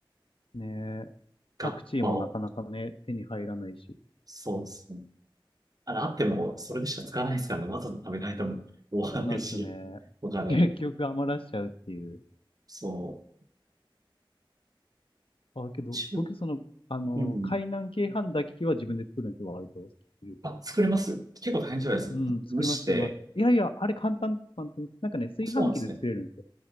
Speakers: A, on the left; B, on the right.
A: ねえ。
B: ガッパを、
A: パクチーもなかなかね、手に入らないし。
B: そうですね。あれ、あっても、それでしか使わないですからね。わざわざ食べないとも終わらないし、
A: そうなんですよね。
B: お金、
A: <laughs> 結局余らしちゃうっていう。
B: そう、
A: あ、けど、
B: 中、
A: 僕その、あの、
B: うん。
A: 海南鶏飯だけは自分で作るんですよ、割と。好きすぎて。
B: あ、作れます結構大変じゃないですか。
A: うん、作ります、
B: 蒸して、
A: 作ります。いやいや、あれ簡単です、簡単です。なんかね、炊飯器で作れるんですよ。
B: そうなんですね。